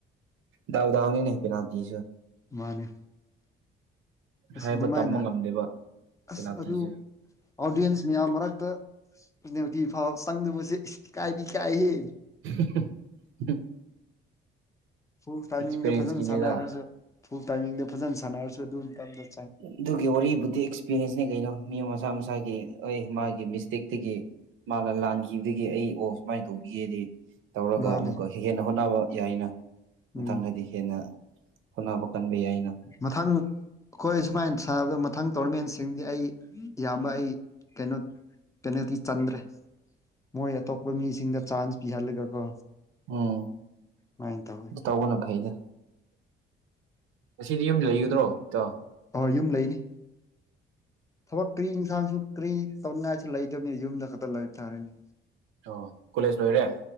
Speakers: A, on the right (about 85°); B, on the left (about 15°).
A: ꯗꯥꯎꯗꯥꯎꯅꯤꯅꯦ ꯄꯤꯅꯥꯜꯖꯨ
B: ꯃꯥꯅꯦ ꯑꯁ
A: ꯍꯥꯏꯕ
B: ꯑꯗꯨꯃꯥꯏꯅ
A: ꯇꯝꯕ ꯉꯝꯗꯦꯕ
B: ꯑꯁ
A: ꯄꯦꯅꯥꯜꯇꯤꯁꯦ
B: ꯑꯗꯨ ꯑꯣꯗꯤꯟꯁ ꯃꯌꯥꯝ ꯃꯔꯛꯇ ꯄꯤꯅꯜꯇꯤ ꯐꯥꯎ ꯆꯪꯗꯕꯁꯤ ꯏꯁ ꯏꯀꯥꯏꯗꯤ ꯏꯀꯥꯏꯍꯦ
A: <unintelligible>
B: ꯐꯨꯜ ꯇꯥꯏꯃꯤꯡꯗ
A: ꯑꯦꯛꯁꯄꯤꯔꯦꯟꯁꯀꯤꯅꯦꯗ
B: ꯐꯖꯅ ꯁꯥꯟꯅꯔꯁꯨ ꯐꯨꯜ ꯇꯥꯏꯃꯤꯡꯗ ꯐꯖꯅ ꯁꯥꯟꯅꯔꯁꯨ ꯑꯗꯨꯇꯝꯗ
A: ꯑꯗꯨꯒꯤ ꯋꯥꯔꯤꯕꯨꯗꯤ ꯑꯦꯛꯁꯄꯤꯔꯤꯌꯦꯟꯁꯅꯤ ꯀꯩꯅꯣ ꯃꯤ ꯃꯁꯥ ꯃꯁꯥꯒꯤ ꯑꯩ ꯃꯥꯒꯤ ꯃꯤꯁꯇꯦꯛꯇꯒꯤ ꯃꯥꯅ ꯂꯥꯟꯈꯤꯕꯗꯒꯤ ꯑꯩ ꯑꯣ ꯁꯨꯃꯥꯏꯅ ꯇꯧꯕꯤꯌꯦꯗꯤ ꯇꯧꯔꯒ
B: ꯃꯥꯅꯦ
A: ꯑꯃꯨꯛꯀ ꯍꯦꯟꯅ ꯍꯣꯠꯅꯕ ꯌꯥꯏꯅ ꯃꯊꯪꯗꯗꯤ
B: ꯎꯝ
A: ꯍꯦꯟꯅ ꯍꯣꯠꯅꯕ ꯀꯟꯕ ꯌꯥꯏꯅ
B: ꯃꯊꯪ ꯑꯈꯣꯏ ꯁꯨꯃꯥꯏꯅ ꯁꯥꯟꯅꯕꯗ ꯃꯊꯪ ꯇꯣꯔꯅꯃꯦꯟꯁꯤꯡꯗꯤ ꯑꯩ ꯏꯌꯥꯝꯕ ꯑꯩ ꯀꯩꯅꯣ ꯄꯦꯅꯥꯜꯇꯤ ꯆꯟꯗ꯭ꯔꯦ ꯃꯣꯏ ꯑꯇꯣꯞꯄ ꯃꯤꯁꯤꯡꯗ ꯆꯥꯟꯁ ꯄꯤꯍꯜꯂꯒꯀꯣ
A: ꯎꯝ
B: ꯃꯥꯏꯅ ꯇꯧꯋꯤ
A: ꯑꯗꯨ ꯇꯧꯕꯅ ꯐꯩꯗꯥ ꯉꯁꯤꯗꯤ ꯌꯨꯝ ꯂꯩꯒꯗ꯭ꯔꯣ ꯏꯇꯥꯎ
B: ꯑꯣ ꯌꯨꯝ ꯂꯩꯅꯤ ꯊꯕꯛ ꯀ꯭ꯔꯤ ꯏꯟꯁꯥꯡꯁꯨ ꯀ꯭ꯔꯤ ꯇꯧꯅꯤꯡꯉꯥꯏꯁꯨ ꯂꯩꯇꯕꯅꯤ ꯌꯨꯝꯗ ꯈꯛꯇ ꯂꯥꯏꯕ ꯇꯥꯔꯦꯅꯤ
A: ꯑꯣ ꯀꯣꯂꯦꯖ ꯂꯣꯏꯔꯦ